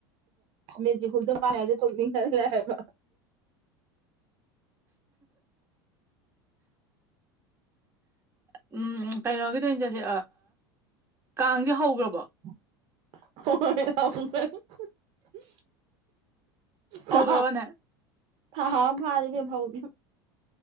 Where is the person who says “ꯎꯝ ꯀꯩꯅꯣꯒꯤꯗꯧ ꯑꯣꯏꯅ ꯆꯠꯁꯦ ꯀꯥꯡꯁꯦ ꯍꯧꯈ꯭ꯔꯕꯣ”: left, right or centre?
Right